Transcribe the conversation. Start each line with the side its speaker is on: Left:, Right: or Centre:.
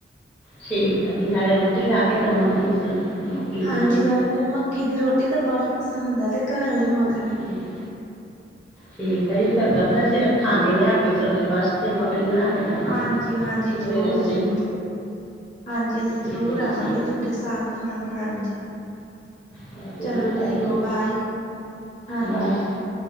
Centre: ਠੀਕ ਆ ਜੀ ਨਾਲੇ ਰੋਟੀ ਲਾ ਕੇ ਦਵਾਂਗੇ ਜੀ। <unintelligible>
Left: ਹਾਂਜੀ
Centre: ਦੀ
Left: ਨਾਲੇ ਮੇਰੇ ਮੱਕੀ ਦੀ ਰੋਟੀ ਤਾਂ ਬਾਹਲੀ ਹੀ ਪਸੰਦ ਆ ਤੇ ਘਰ ਵਾਲੀ ਮੱਖ
Centre: ਹਮ <unintelligible> ਠੀਕ ਹੈ ਜੀ ਫੇਰ <unintelligible> ਅਸੀਂ ਰੱਖਾਂਗੇ ਲਿਆ ਕੇ ਤੁਹਾਡੇ ਵਾਸਤੇ ਮੱਖਣੀ ਬਣਾ ਕੇ ਦੇਵਾਂਗੇ
Left: ਹਾਂਜੀ ਹਾਂਜੀ ਜ਼ਰੂਰ
Centre: ਨਾਲੇ ਲੱਸੀ
Left: ਜ਼ਰੂਰ। ਹਾਂਜੀ ਅਸੀਂ
Centre: ਜਿੱਦੇ
Left: ਜ਼ਰੂਰ ਆਵਾਂਗੇ
Centre: ਤੁਸੀਂ
Left: ਤੁਹਾਡੇ ਸਾਗ ਖਾਣ ਹਾਂਜੀ। <inaudible>
Centre: ਹਾਂ ਜ਼ਰੂਰ
Left: ਚਲੋ ਠੀਕ
Centre: ਆਇਓ ਜੀ
Left: ਬਾਏ। ਹਾਂਜੀ
Centre: ਬਾਏ